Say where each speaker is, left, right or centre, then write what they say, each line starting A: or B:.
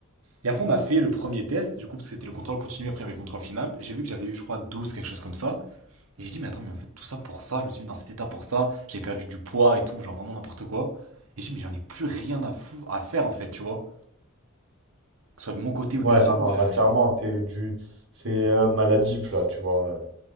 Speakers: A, on the right (about 80°); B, on the right (about 60°).
A: Et après, on a fait le premier test, du coup, parce que c'était le contrôle continu, après il y avait le contrôle final. J'ai vu que j'avais eu, je crois, 12 quelque chose comme ça. Et j'ai dit, mais attends, mais en fait, tout ça pour ça, je me suis mis dans cet état pour ça, j'ai perdu du poids et tout, genre vraiment n'importe quoi. Et j'ai dit, mais j'en ai plus rien à, fou à faire, en fait, tu vois. Que ce soit de mon côté ou
B: Ouais,
A: du sien.
B: non, non,
A: euh,
B: là, clairement, c'est du, c'est euh, maladif, là, tu vois. euh,